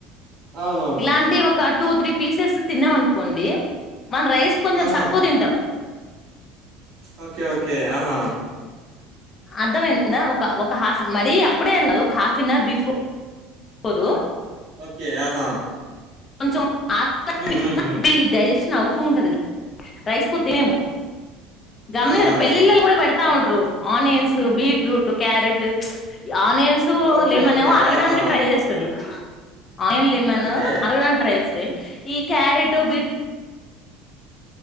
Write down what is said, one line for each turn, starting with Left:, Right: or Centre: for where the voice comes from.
Right: అవునవును
Left: ఇలాంటి ఒక టూ త్రీ పీసెస్ తిన్నాం, అనుకోండి మన రైస్ కొంచెం
Right: ఆహా
Left: తక్ తినటం
Right: ఓకే ఓకే ఆహా
Left: అర్థమైందా ఒక ఒక హాఫ్ మరీ అప్పుడే అ కాదు ఒక హాఫ్ అన్ అవర్ బిఫోర్, పోరు
Right: ఓకే ఆహా
Left: కొంచం
Right: హ్మ్
Left: <unintelligible>
Right: హ్మ్ హ్మ్
Left: డైజెషన్ అవుతూ ఉంటంది. రైస్ ఎక్కువ తినలేదు గమనిర
Right: ఆ! ఆ!
Left: పెళ్ళల్లలు, కూడా పెడతా ఉంట్రు onions, beetroot carrot onions,
Right: okay
Left: lemon
Right: okay
Left: ఏమో అరగడానికి
Right: ఆహా!
Left: ట్రై చేస్తది. Onion, lemon
Right: okay.
Left: అరగడానికి ట్రై చేస్తుంది. ఎస్ ఈ క్యారెట్ బి